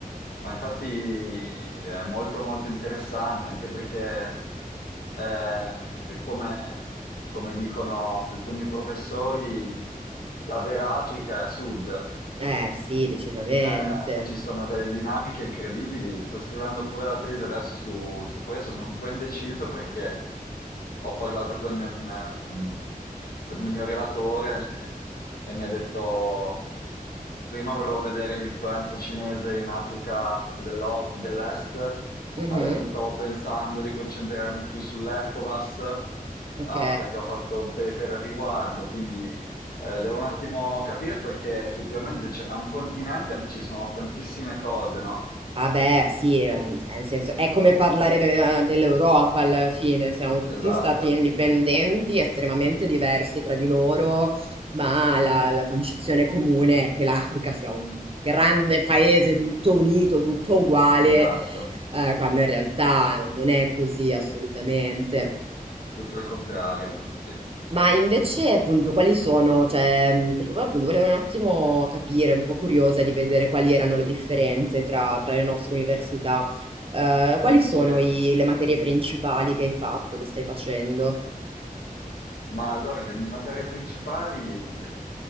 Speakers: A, on the left; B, on the right.
A: Ma infatti è molto molto interessante anche perché, eh, come, come dicono alcuni professori, la vera Africa è a sud,
B: Eh sì, decisamente.
A: Eh, ci sono delle dinamiche incredibili. Sto scrivendo pure la tesi adesso su, su questo, sono un po' indeciso perché ho parlato con il, ehm, con il mio relatore e mi ha detto, prima volevo vedere l'influenza cinese in Africa dell'o- dell'Est,
B: Mhm,
A: adesso stavo pensando di concentrarmi più sull'ECOWAS,
B: ok.
A: eh, perché ho fatto un paper a riguardo, quindi... Eh, devo un attimo capire perché effettivamente c'è- è un continente, ma ci sono tantissime cose, no?
B: Vabbè, sì, eh, cioè, nel senso, è come parlare de- dell'Europa alla fine, siamo tutti
A: Esatto,
B: stati indipendenti, estremamente diversi tra di loro, ma la, la concezione comune è che l'Africa sia un grande paese tutto unito, tutto uguale,
A: esatto,
B: eh, quando in realtà non è così assolutamente.
A: tutto il contrario, anzi.
B: Ma invece, appunto, quali sono, cioè, mh, perché poi, appunto volevo un attimo capire, un po' curiosa di vedere quali erano le differenze tra, tra le nostre università. Eh, quali sono
A: Sì,
B: i- le materie principali che hai fatto, che stai facendo?
A: ma allora le mie materie principali